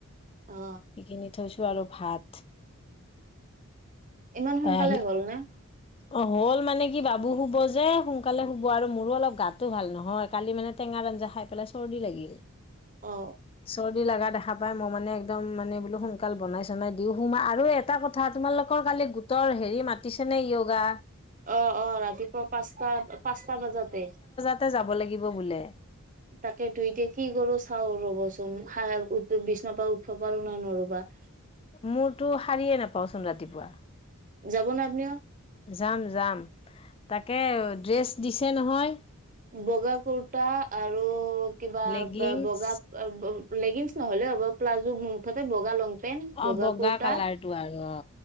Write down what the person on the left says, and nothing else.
সেইখিনি থৈছো আৰু ভাত
তাই আহি
অ হ'ল মানে কি বাবু শুব যে সোনকালে শুব আৰু মোৰো অলপ গাতো ভাল নহয় কালি মানে টেঙাৰ আঞ্জা খাই <unintelligible> চৰ্দি লাগিল।
চৰ্দি লাগা দেখা পাই মই মানে একদম মানে বোলো সোনকাল বনাই চনাই দিও সোমা আৰু এ এটা কথা তোমালোকৰ কালি গোটৰ হেৰি মাতিছে নে য়োগা?
তাতে যাব লাগিব বোলে।
মোৰতো শাৰীয়ে নাপাওচোন ৰাতিপুৱা।
যাম যাম, তাকে ড্ৰেছ দিছে নহয়।
লেগিংছ
অ
কালাৰটো আৰু অ